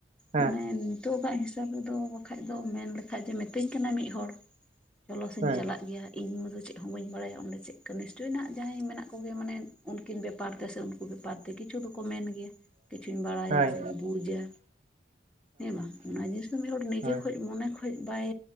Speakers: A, on the right (about 40°); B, in the centre.
A: ᱦᱮᱸ
B: ᱢᱟᱱᱮ ᱱᱤᱛᱚᱜᱟᱜ ᱦᱤᱥᱟᱹᱵ ᱨᱮᱫᱚ ᱵᱟᱠᱷᱟᱡ ᱫᱚ ᱢᱮᱱ ᱞᱮᱠᱷᱟᱡᱮ ᱢᱤᱛᱟᱹᱧ ᱠᱟᱱᱟ ᱢᱤᱫ ᱦᱚᱲ ᱪᱚᱞᱚ ᱥᱮᱧ
A: ᱦᱳᱭ
B: ᱪᱟᱞᱟᱜ ᱜᱮᱭᱟ᱾ ᱤᱧ ᱢᱟᱫᱚ ᱪᱮᱫ ᱦᱚᱸ ᱵᱟᱹᱧ ᱵᱟᱲᱟᱭᱟ ᱚᱸᱰᱮ ᱪᱮᱫ ᱠᱚ ᱱᱤᱥᱪᱚᱭ ᱡᱟᱦᱟᱸᱭ ᱢᱮᱱᱟᱜ ᱠᱚᱜᱮ ᱢᱟᱱᱮ᱾ ᱩᱱᱠᱤᱱ ᱵᱮᱯᱟᱨ ᱛᱮ ᱥᱮ ᱩᱱᱠᱩ ᱵᱮᱯᱟᱨ ᱛᱮ ᱠᱤᱪᱷᱩ ᱫᱚᱠᱚ ᱢᱮᱱ ᱜᱮᱭᱟ᱾ ᱠᱤᱪᱷᱩᱧ ᱵᱟᱲᱟᱭᱟ
A: ᱦᱳᱭ
B: ᱥᱮᱧ ᱵᱩᱡᱟ᱾ ᱦᱮᱸ ᱵᱟᱝ ᱚᱱᱟ ᱡᱤᱱᱤᱥ ᱫᱚ ᱢᱤᱫ ᱦᱚᱲ ᱱᱤᱡᱮ
A: ᱦᱳᱭ
B: ᱠᱷᱚᱡ ᱢᱚᱱᱮ ᱠᱷᱚᱱ ᱠᱷᱚᱡ ᱵᱟᱭ